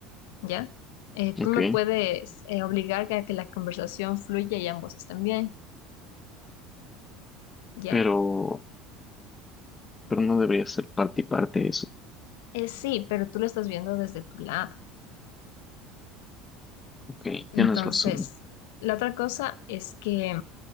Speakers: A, on the left; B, on the left.
A: ¿ya? Eh, tú
B: Ok,
A: no puedes eh, obligar a que la conversación fluya y ambos estén bien, ¿ya?
B: pero, pero no debería ser parte y parte de eso.
A: Eh, sí, pero tú lo estás viendo desde tu lado.
B: Ok, tienes
A: Entonces,
B: razón.
A: la otra cosa es que